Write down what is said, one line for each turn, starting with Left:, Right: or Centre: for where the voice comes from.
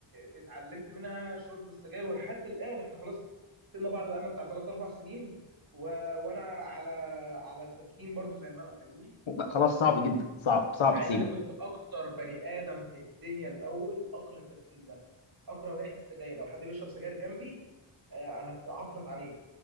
Right: آه، اتعلمت منها شرب السجاير ولحد الان احنا خلاص سيبنا بعض بقالنا بتاع ثلاث اربع سنين و... وانا على على التدخين برضو زي ما انا فاهمني
Left: لا، خلاص صعب جدا صعب صعب
Right: مع
Left: تسيبه
Right: ان انا كنت اكتر بني ادم في الدنيا الاول اكره التدخين ده اكره ريحه السجاير لو حد بيشرب سجاير جنبي آه، انا هتعفرت عليه